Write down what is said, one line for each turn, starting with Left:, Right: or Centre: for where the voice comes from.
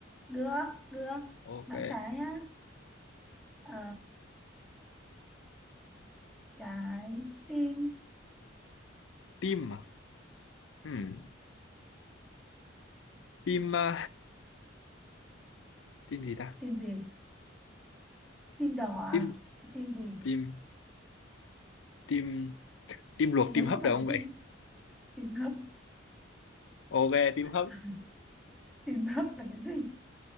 Centre: được được
Left: ok
Centre: não trái nhá Ờ, trái tim
Left: tim à hmm. tim à, tim gì ta
Centre: tim gì tim đỏ à
Left: tim
Centre: tim gì
Left: tim tim tim luộc
Centre: nếu
Left: tim hấp
Centre: không phải
Left: được
Centre: là
Left: không vậy
Centre: tim tim hấp
Left: ok tim hấp
Centre: <laughs> tim hấp là cái gì